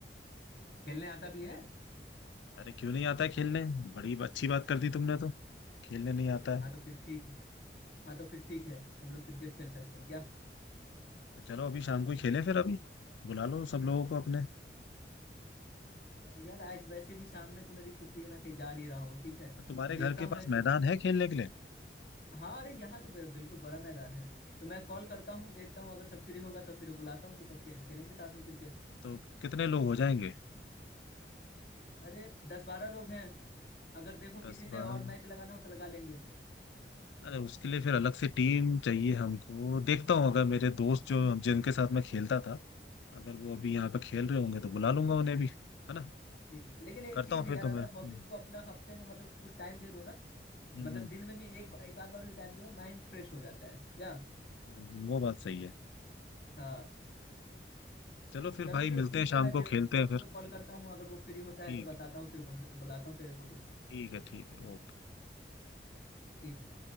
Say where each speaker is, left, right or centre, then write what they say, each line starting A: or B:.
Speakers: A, on the left (about 60°); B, on the left (about 90°).
A: खेलने आता भी है
B: अरे क्यों नहीं आता है खेलने बड़ी अच्छी बात कर दी तुमने तो खेलने नहीं आता है
A: हाँ तो फिर ठीक है हाँ तो फिर ठीक है हम लोग क्रिकेट खेल सकते हैं क्या
B: तो चलो अभी शाम को ही खेलें फिर अभी बुला लो सब लोगों को अपने
A: यार आज वैसे भी शाम में तो मेरी छुट्टी है मैं कहीं जा नहीं रहा हूँ ठीक है
B: तुम्हारे
A: तो देखता
B: घर के
A: हूँ
B: पास
A: मैं
B: मैदान
A: सब
B: है खेलने के लिए
A: हाँ अरे यहाँ तो बि- बिल्कुल बड़ा मैदान है तो मैं कॉल करता हूँ देखता हूँ अगर सब फ्री होगा तो फिर बुलाता हूँ तो सब खे- खेलेंगे साथ में क्रिकेट
B: तो कितने लोग हो जाएंगे
A: अरे दस बारह लोग हैं अगर देखो किसी
B: दस
A: से
B: बारह
A: और मैच लगाना हो तो लगा लेंगे
B: अरे उसके लिए फिर अलग से टीम चाहिए हमको देखता हूँ अगर मेरे दोस्त जो जिनके साथ मैं खेलता था अगर वो अभी यहाँ पे खेल रहे होंगे तो बुला लूंगा उन्हें भी है ना
A: ठीक है लेकिन एक
B: करता
A: चीज
B: हूँ
A: है
B: फिर
A: यार
B: तो
A: अगर
B: मैं हम्म
A: हॉबीज को अपना हफ्ते में मतलब कुछ टाइम दे दो ना
B: हम्म
A: मतलब
B: हम्म,
A: दिन में भी एक एक आध बार भी टाइम दे दो माइंड फ्रेश हो जाता है क्या
B: हम्म, वो बात सही है
A: हाँ
B: चलो फिर
A: चलो
B: भाई
A: तो
B: मिलते
A: ठीक
B: हैं
A: है
B: शाम
A: मैं
B: को
A: दे-
B: खेलते
A: दोस्तों
B: हैं फिर
A: को कॉल करता हूँ अगर वो फ्री होता
B: ठीक
A: है तो बताता
B: है
A: हूँ फिर बोल, बुलाता हूँ तेरे को भी
B: ठीक है ठीक है ओके
A: ठीक है